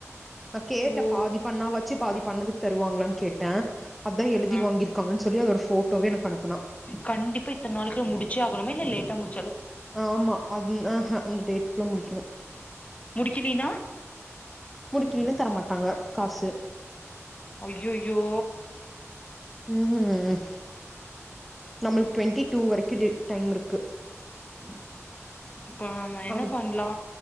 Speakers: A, in the centre; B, on the left.
A: நா கேட்ட
B: ஓ
A: பாதி பண்ணா வெச்சு பாதி பண்ணதுக்கு தருவாங்களான் கேட்ட அதா எழுதி
B: ஆ
A: வாங்கியிருக்காங்கன் சொல்லி அதோட ஃபோட்டோவே எனக்கு அனுப்
B: கண்டிப்பா இத்தன் நாளைளுக்குள்ள முடிச்சே ஆகணுமா இல்ல லேட்டா முடிஞ்
A: ஆமா அதுன் ஆஹா அந்த டேட்குள்ள முடிக்கணு
B: முடிக்கில்லின்னா
A: முடிக்கிலின்னா தரமாட்டாங்க காஸ்சு
B: அய்யய்யோ
A: ம் நம்மளுக்கு ட்வெண்டி டூ வரைக்கு டே டைம் இருக்கு
B: <inaudible> இப்ப நம்ம என்ன
A: அ
B: பண்லா